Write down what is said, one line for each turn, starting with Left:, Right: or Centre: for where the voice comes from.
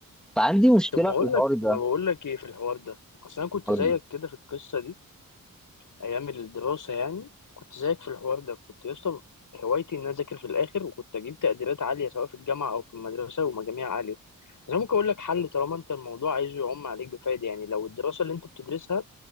Centre: فعندي مشكله
Left: طب ما اقول
Centre: في الحوار
Left: لك
Centre: ده
Left: ما بقول لك ايه في الحوار ده اصل انا كنت
Centre: قول
Left: زيك
Centre: لي
Left: كده في القصه دي ايام الدراسه يعني كنت زيك في الحوار ده كنت يا اسطى هوايتي ان أنا اذاكر في الاخر وكنت اجيب تقديرات عاليه سواء في الجامعه او في المدرسه ومجاميع عاليه بس انا ممكن اقول لك حل طالما انت الموضوع عايزه يعم عليك بفايده يعني لو الدراسه اللي انت بتدرسها